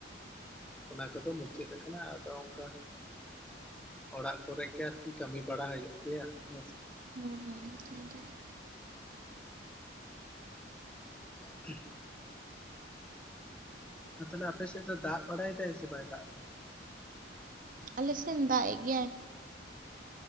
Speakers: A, in the centre; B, on the right.
A: ᱚᱱᱟ ᱠᱚᱫᱚ ᱢᱩᱪᱟᱹᱫ ᱟᱠᱟᱱᱟ ᱟᱫᱚ ᱚᱱᱠᱟ ᱚᱲᱟᱜ ᱠᱚᱨᱮᱫ ᱜᱮ ᱟᱨᱠᱤ ᱠᱟᱹᱢᱤ ᱵᱟᱲᱟ ᱦᱩᱭᱩᱜ ᱜᱮᱭᱟ ᱦᱮᱸ ᱥᱮ
B: ᱦᱩᱸ ᱴᱷᱤᱠ ᱜᱮᱭᱟ᱾
A: <inaudible> ᱟᱨ ᱛᱟᱦᱚᱞᱮ ᱟᱯᱮᱥᱮᱫ ᱫᱚ ᱫᱟᱜ ᱵᱟᱲᱟᱭ ᱮᱫᱟᱭ ᱥᱮ ᱵᱟᱭ ᱫᱟᱜ ᱮᱫᱟ?
B: ᱟᱞᱮ ᱥᱮᱱ ᱫᱟᱜ ᱮ ᱜᱮᱭᱟᱭ᱾